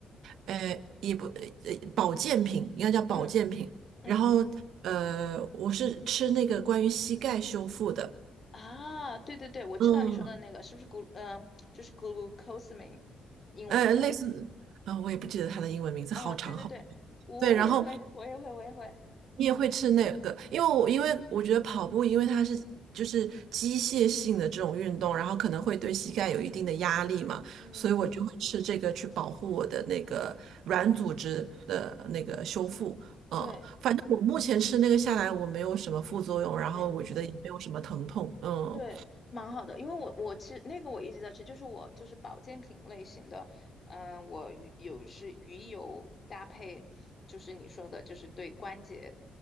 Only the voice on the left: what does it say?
嗯嗯
啊，对对对，我知道你说的那个是不是
g 嗯、呃就是 glucosamine 英文叫？
啊，
对对对，我也会，
我也会，我也会。
嗯，
对，
没有什么。
对，蛮好的，因为我我其实那个我一直在吃，就是我就是保健品类型的，嗯、我鱼有是鱼油搭配，就是你说的，就是对关节，